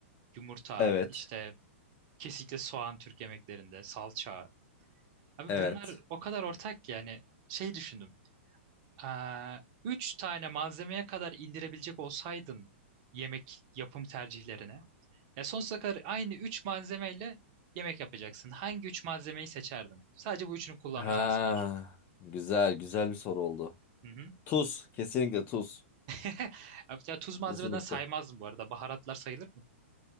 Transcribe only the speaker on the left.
Evet.
Evet.
Ha,
güzel, güzel bir soru oldu.
Tuz, kesinlikle tuz.
Kesinlikle.